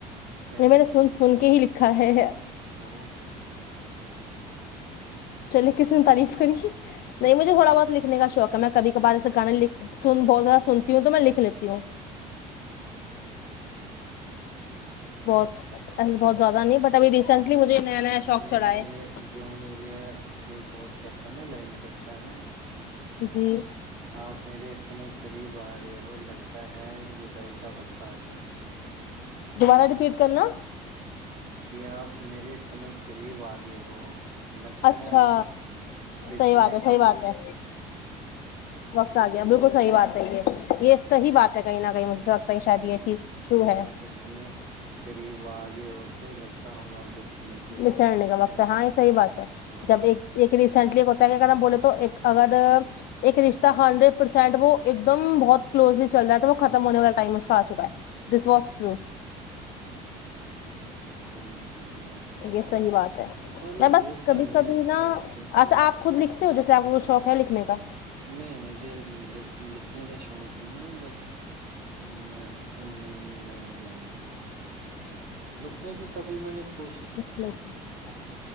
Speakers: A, on the left; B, on the right.
A: یہ
B: کیا
A: میں
B: بات
A: نے سن
B: ہے
A: سن
B: بہت
A: کے ہی لکھا
B: بہت
A: ہے
B: بہت بہت اچھا بہت اچھا بہت اچھا
A: چلیے کسی نے تعریف کری نہیں مجھے تھوڑا بہت لکھنے کا شوق ہے میں کبھی کبھار ایسے گانے لکھ سن بہت زیادہ سنتی ہوں تو میں لکھ لیتی ہوں بہت ایسا بہت زیادہ نہیں بٹ ابھی ریسینٹلی مجھے نیا نیا شوق
B: جو
A: چڑھا ہے
B: جون ایل ایک اور کہتا نا لائن کہتا تا نا
A: جی
B: آپ میرے اتنے قریب آ رہے ہو لگتا ہے جدائی کا وقت آ گیا ہے
A: دوبارہ رپیٹ کرنا
B: کیا آپ میرے اتنے قریب آگئے ہو لگتا
A: اچھا
B: ہے اب بچھنے
A: صحیح بات ہے
B: کا
A: صحیح بات ہے وقت آ گیا بالکل صحیح بات ہے صحیح ہے
B: ہاں،
A: یہ صحیح بات
B: تو
A: ہے کہیں نہ کہیں مجھے سے لگتا ہے شاید
B: صحیح
A: یہ چیز
B: نا
A: ٹرو
B: کہ
A: ہے
B: آپ اتنے قریب آگے ہو تو لگتا ہم آپ بیچنے کے
A: بچڑنے کا وقت
B: پہ
A: ہے ہاں یہ صحیح بات
B: ہمارا
A: جب ایک
B: آ گیا تو
A: ریسینٹلی کو بولے تو اگر ایک رشتہ ہنڈریڈ پرسینٹ وہ ایک دم بہت کلوزلی چل رہا ہے تو وہ ختم ہونے والا ٹائم اس کا آ چکا ہے دس واز
B: ہ
A: ٹرو
B: صحیح ہے صحیح ہے ہے
A: یہ
B: نا
A: صحیح بات ہے
B: اور بھی
A: میں
B: بہت
A: بس
B: سارے
A: کبھی کبھی
B: ہیں اچھے
A: نا
B: اچھے کہ
A: آپ خود لکھ جیس آپ کو شوق ہے لکھنے کا
B: نہیں مجھے لکھنے کا شوق نہیں ہے بٹ میں سننے میں زیادہ دھیان دیتا لکھنے کے کبھی میں نے کوئی
A: اچھا